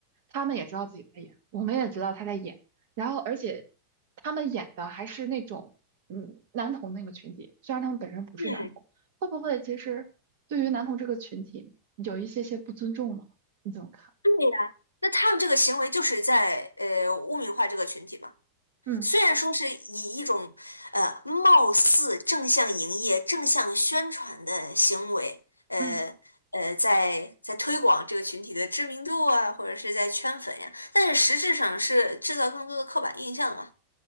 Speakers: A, on the right (about 50°); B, on the left (about 80°).
A: 他们也知道自己在演，我们也知道他在演，然后而且他们演的还是那种嗯男童那个群体，虽然他们本身不是男童，
B: 嗯，
A: 会不会其实对于男童这个群体有一些些不尊重呢？你怎么看？
B: 对呀，那他们这个行为就是在呃污名化这个群体嘛。
A: 嗯
B: 虽然说是以一种呃貌似正向营业、正向宣传的行为，呃呃，
A: 嗯，
B: 在在推广这个群体的知名度啊，或者是在圈粉呀，但是实质上是制造更多的刻板印象嘛。